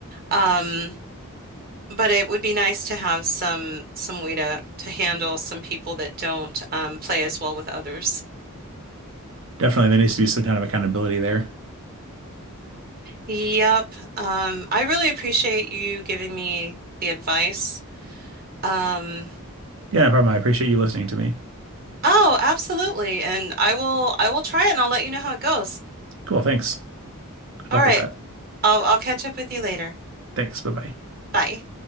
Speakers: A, on the right; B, on the right.
A: Um, but it would be nice to have some some way to to handle some people that don't um, play as well with others.
B: Definitely, there needs to be some kind of accountability there.
A: Yep. Um, I really appreciate you giving me the advice. Um,
B: Yeah, no problem. I appreciate you listening to me.
A: oh, absolutely. And I will I will try it and I'll let you know how it goes.
B: Cool. Thanks. Good
A: All
B: luck
A: right.
B: with that.
A: I'll I'll catch up with you later.
B: Thanks. Bye bye.
A: Bye.